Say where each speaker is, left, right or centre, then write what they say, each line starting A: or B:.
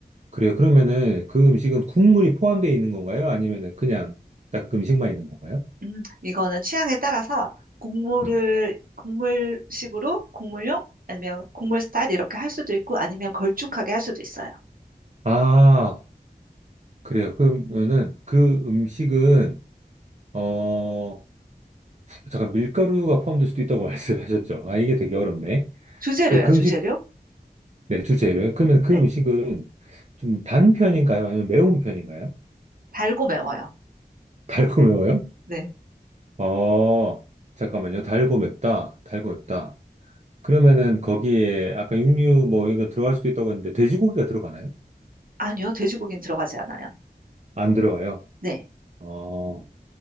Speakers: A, on the right; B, on the right.
A: 그래요. 그러면은 그 음식은 국물이 포함되어 있는 건가요? 아니면은 그냥 딱 그 음식만 있는 건가요?
B: 음, 이거는 취향에 따라서 곡물을,
A: 네.
B: 곡물식으로, 곡물용, 아니면 곡물 스타일 이렇게 할 수도 있고, 아니면 걸쭉하게 할 수도 있어요.
A: 아, 그래요. 그러면은 그 음식은 어, 잠깐 밀가루가 포함될 수도 있다고 <laughs> 말씀하셨죠? 아, 이게 되게 어렵네.
B: 주재료예요,
A: 그 음식,
B: 주재료.
A: 네, 주재료요. 그러면 그
B: 네.
A: 음식은 좀 단 편인가요? 아니면 매운 편인가요?
B: 달고 매워요.
A: 달고 매워요?
B: 네.
A: 어, 잠깐만요. 달고 맵다. 달고 맵다. 그러면은 거기에 아까 육류 뭐 이거 들어갈 수도 있다고 했는데 돼지고기가 들어가나요?
B: 아니요, 돼지고기는 들어가지 않아요.
A: 안 들어가요.
B: 네.
A: 어,